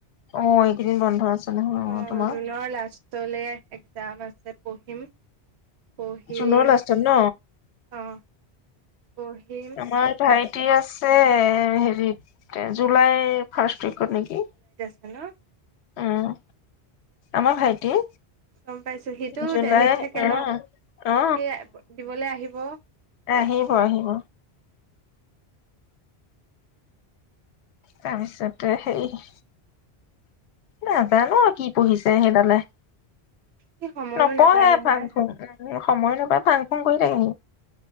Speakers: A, on the left; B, on the right.
A: অ এইকেইদিন বন্ধ আছে নহয়
B: অ',
A: তোমাৰ
B: জুলাইৰ লাষ্ট টলে একজাম আছে, পঢ়িম পহি
A: জুনৰ লাষ্টত ন?
B: অ পঢ়িম
A: আমাৰ ভাই দি আছে হেৰিত জুলাই ফাৰ্ষ্ট উইকত নেকি।
B: হেল্ল'?
A: উম আমাৰ ভাইটি,
B: গম পাইছো সিটো
A: জুলাই
B: দেলহিত থাকে
A: অ
B: ন
A: অ
B: সি দিবলৈ আহিব অ
A: আহিব আহিব তাৰপিছতে সেই নাজানো কি পঢ়িছে সেইডালে
B: সি সময়ো
A: নপঢ়ে
B: নাপায় নহয়
A: ফাংফুং। সময় নাপায় ফাং ফুং কৰি থাকে।